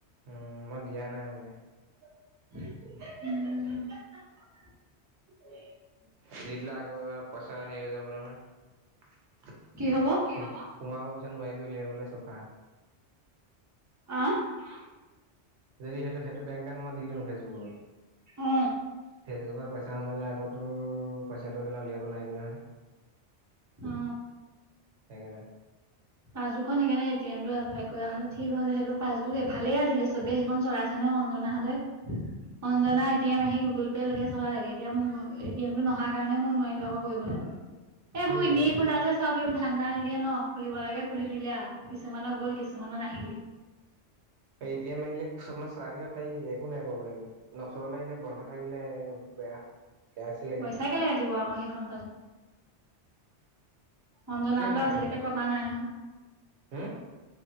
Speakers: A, on the right; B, on the right.
A: উম মই দিয়া নাই মানে।
B: উম হাহা উম।
A: দে লাখ। ও পইচা হেৰি হৈ যাব নহয়। সোমাব পিছত
B: কি হব
A: নোৱাৰিবি উলিয়াবলৈ চফা।
B: অ
A: অ যদি সেইটো মই দি দি ফেচবুকত
B: অ
A: ফেচবু পইচা সোম আগ মোৰৰ পইচা। <unintelligible> উলিয়াব নোৱাৰিবি নহয়
B: অ
A: হেইকাৰ
B: পাছবুকখন সেইকাৰণে এট এমটো এপ্লাই কৰা হলে ঠিক হৈছে সেইটো পাছবুক ভালেই আছিলে চবেই সেইখন চলাইছে নহয় অঞ্না হঁতে অঞ্জনা এটি এম আহি গুগল পে' লকে চলা লাগে এতিয়া মোৰ এ টি এম টো নহাৰ কাৰণে মই নোৱাৰিলো আকৌ কৰিবলে এইবোৰ
A: সেইটোৱে
B: এনেই
A: তোক
B: খোলা যোয় সব এইবোৰ ধান্দা নিদিয়ে ন। খুলিব লাগে খুলি দিলে আৰু কিছুমানক গ'ল কিছুমানত নাহিলি
A: এতিয়া মাহ আহিলে চব মাছ ৰাইধাকিব পাৰি একো নাই প্ৰব্লেম ন ওচৰ লাগনে বন্ধ থাকিলে বেয়া কে চি লাগিব
B: পইচা কেলে কাটিব আকৌ সেইখন অঞ্জনা
A: কেলে নাকাটিব
B: আজিলৈকে কনা নাই নহয়
A: হম